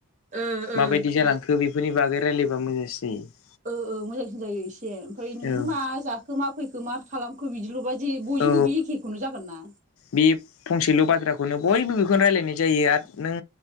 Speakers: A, on the right; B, on the left.
A: ओ ओ
B: माबायदि जानांखो बेफोरनि बागै रायलायबा मोजांसिन जायो।
A: औ औ मोजांसिन जायो एसे ओमफ्राय
B: जायो
A: नों मा जाखो मा फैखो मा खालामखो बिदिल' जि बयजोंबो
B: औ
A: एखेखौनो जागोन ना
B: बे फंसेल' बाथ्राखौनो बयबो बेखौनो रायलायनाय जायो आरो नों